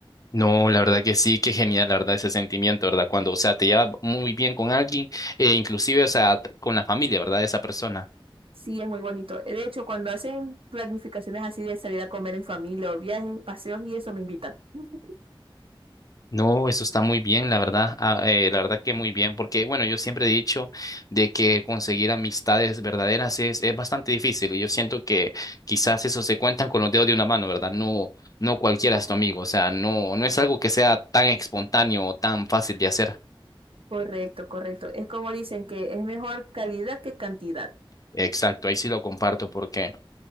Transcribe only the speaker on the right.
Sí, es muy bonito. De hecho, cuando hacen planificaciones así de salir a comer en familia o viajes, paseos y eso, me invitan. <laughs>
Correcto, correcto. Es como dicen que es mejor calidad que cantidad.